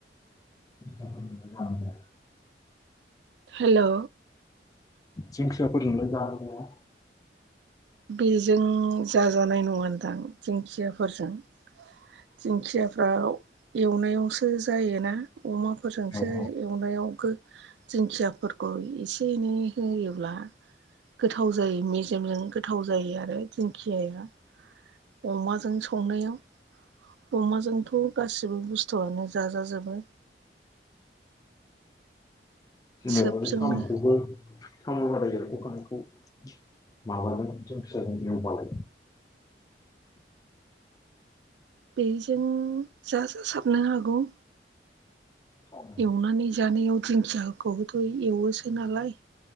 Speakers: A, on the left (about 20°); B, on the right (about 80°).
A: <inaudible>
B: हेलौ।
A: जिंखियाफोरजोंलाय जानो जाया?
B: बेजों जाजानाय नङान दां दिंखियाफोरजों दिंखियाफ्राव एवनायावसो जायोना। अमाफोरजोंसो
A: औ औ
B: एवनायाव दिंखियाफोरखौ एसे ए एनै होयोब्ला गोथाव जायो मेजेमजों गोथाव जायो आरो दिंखियाया। अमाजों संनायाव अमाजोंथ' गासिबो बुस्थुआनो जाजाजोबो।
A: जेनेबा
B: सोबजोंनो
A: बे साम'खौबो साम लादाय एरख खानायखौ माबाजों जों फिसाजों एवबालाय।
B: बेजों जा जा साबनो हागौ।
A: साम'
B: एवनानै जानायाव दिंखिया खौबोथ' एवोसो नालाय